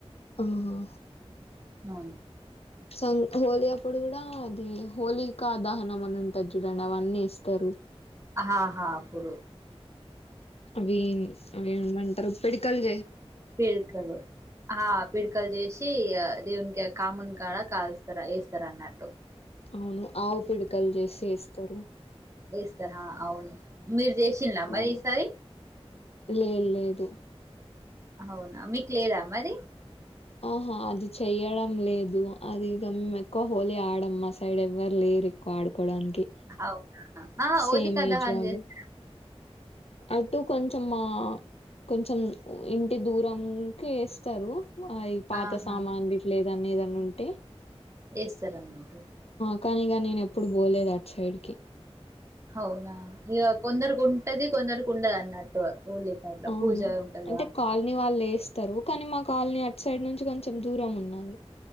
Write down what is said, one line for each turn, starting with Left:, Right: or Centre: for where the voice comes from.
Left: ఆహా
Right: అ
Left: సం హోలీ అప్పుడు కూడా అది హోలీక దహనం అని ఉంటారు చూడండి అవన్నీ ఇస్తరు
Right: ఆాహాప్పుడు
Left: వీన్ వీనేమంటరు పిడికల్ జే
Right: పిడ్కలు ఆ పిడ్కల్ జేస్ చ్చి దేవునికి కామున్ కాడ కాల్స్తారు వేస్తారు అన్నట్టు
Left: అవును ఆవు పిడకలు చేసి వేస్తారు
Right: ఇస్తర అవును మీరు చేసింలా
Left: మా
Right: మరి ఈసారి
Left: లేదు లేదు
Right: అవునా మీకు లేదా మది
Left: ఆహా అది చెయ్యడం లేదు అది ఇక మేము ఎక్కువ హోలీ ఆడం మా సైడ్ ఎవ్వరు లేదు రడుకోడానికినికి
Right: అవునా ఆ హోలికా
Left: సేమ్ ఏజ్
Right: దహన్
Left: వాళ
Right: చేస్తారు
Left: అటు కొంచెం కొంచెం ఇంటి దూరంకి వేస్తారు ఆ ఈ పాత
Right: ఆహా
Left: సామాన్ గిట్ల లేదనేదని ఉంటే
Right: వేస్త రన్నమాట
Left: అవును గాని నేను ఎప్పుడు పోలేదు అట్ సైడ్ కి
Right: అవునా ఇక కొందరికి ఉంటది కొందరికి ఉండదు అన్నట్టు హోలికా అట్లా
Left: అవును
Right: పూజ ఉంటదా
Left: అంటే కాలనీ వాళ్ళు ఎస్ ఇస్తరు కానీ మా కాలనీ అట్ సైడ్ నుంచి కొంచెం దూరం ఉన్నది